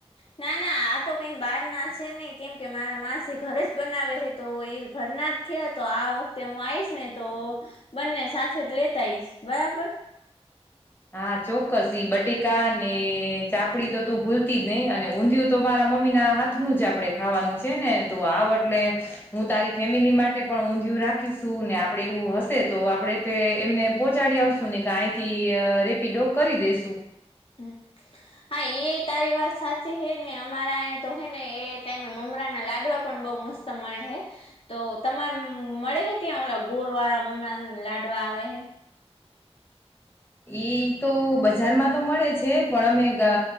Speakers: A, on the left (about 60°); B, on the left (about 20°).
A: ના ના આ તો કઈ બહાર ના છે નઈ કેમકે મારા માસી ઘરે જ બનાવે હે તો ઈ ઘરના જ થયા તો આ વખતે હું આઈશ ને તો બંને સાથે જ લેતા આઈશ. બરાબર?
B: હા ચોક્કસ ઈ બટેકા ને ચાપડી તો તું ભૂલતી જ નહિ અને ઊંધિયું તો મારા મમ્મીના હાથનું જ આપડે ખાવાનું છે ને તું આવ અટલે હું તારી ફેમિલી માટે પણ ઊંધિયું રાખીશું ને આપડે એવું હશે તો આપડે બે એમને પોહોંચાડી આવશું ને કા આંયથી અ રેપીડો કરી દેશું.
A: હ હા એ તારી વાત સાચી હે ને અમારા આંય તો હે ને એ ટાઈમે મમરા ના લાડવા પણ બઉ મસ્ત મળે હે તો તમાર મળે હે ત્યાં ઓલા ગોર વાળા મમરા લાડવા આવે હે?
B: ઈ તો બજારમાં તો મળે છે પણ અમે અ